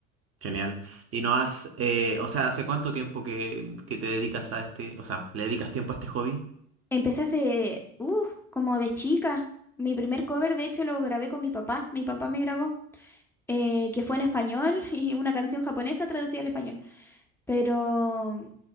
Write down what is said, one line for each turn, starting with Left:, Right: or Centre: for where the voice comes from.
Right: Genial. ¿Y no has, eh, o sea, hace cuánto tiempo que, que te dedicas a este, o sea, le dedicas tiempo a este hobby?
Centre: Empecé hace, uff, como de chica. Mi primer cover, de hecho, lo grabé con mi papá, mi papá me grabó, eh, que fue en español <laughs> y una canción japonesa traducida al español. Pero...